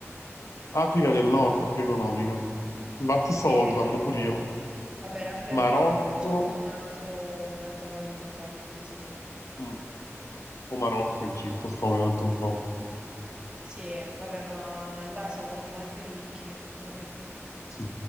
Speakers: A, on the left (about 80°); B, on the right (about 20°).
A: Africa del Nord più economica. Infatti
B: Sì,
A: sto valutando
B: eh, ha voglia.
A: pure io.
B: Vabbè, l'Africa
A: Marocco,
B: del Nord c'ha pure un altro- un'altra valuta, quindi sì.
A: mm, o Marocco, Egitto, sto vedendo un po'.
B: Sì, vabbè, ma là siamo praticamente ricchi, noi.
A: Sì.